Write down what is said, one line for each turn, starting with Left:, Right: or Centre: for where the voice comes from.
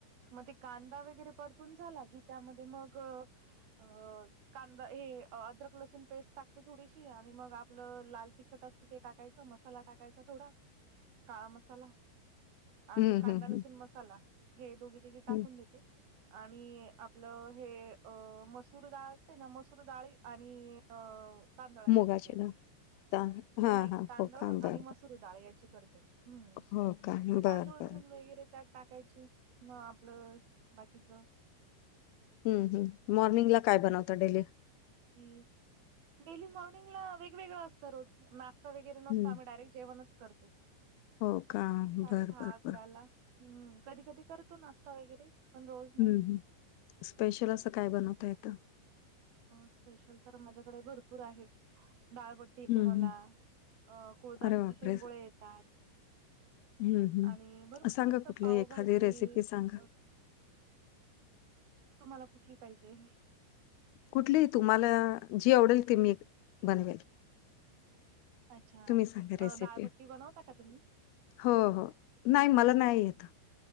Right: मग ते कांदा वगैरे परतून झाला की त्यामध्ये मग अ. कांदा हे अद्रक लसूण पेस्ट टाकते थोडीशी आणि मग आपलं लाल तिखट असतें ते टाकायचं मस्त मसाला टाकायचा थोडा काळा मसाला. आणि
Left: हम्म
Right: कांदा
Left: हम्म हम्म
Right: लसूण मसाला हे दोघी तघे टाकून
Left: हम्म
Right: देते. आणि आपलं हे अ मसूर डाळ असते ना मसूर डाळी आणि अ तांदळाची
Left: मुगाची
Right: करते मी
Left: डाळ ता- हा
Right: नाही
Left: हा
Right: तांदूळ
Left: हो का
Right: आणि
Left: बर
Right: मसूर
Left: बर
Right: डाळ याची करते हम
Left: हो का
Right: मग तांदूळ
Left: बर बर
Right: धुन वगैरे त्यात टाकायचे म आपलं बाकीच
Left: हम्म हम्म मॉर्निंग ला काय बनवत डेली.
Right: ती डेली मॉर्निंग ला वेगवेगळ असतं रोज नाश्ता वगैरे
Left: हम्म
Right: नसतो आम्ही डायरेक्ट जेवणच करतो
Left: हो का
Right: साडे
Left: बर
Right: दहा
Left: बर
Right: अकराला
Left: बर
Right: हम्म कधी कधी करतो नाशता वगैरे पण रोज नाही.
Left: हम्म हम्म स्पेशल असं काय बनवता येत.
Right: स्पेशल तर माझ्याकडे भरपूर आहे डाळबट येते
Left: हम्म
Right: मला
Left: हम्म
Right: अ कुळदाचे
Left: अरे बापरे
Right: शेंगोळे येतात.
Left: हम्म हम्म
Right: आणि भरपूर
Left: सांगा
Right: असं
Left: कुठली
Right: पावभाजी
Left: एखादी रेसिपी सांगा
Right: अस तुम्हाला कुठली पाहिजे.
Left: कुठली तुम्हाला जी आवडेल ते मी बनवेल.
Right: अच्छा
Left: तुम्ही सांगा रेसिपी
Right: दाळपट्टी बनवता का तुम्ही
Left: हो हो नाही मला नाही येत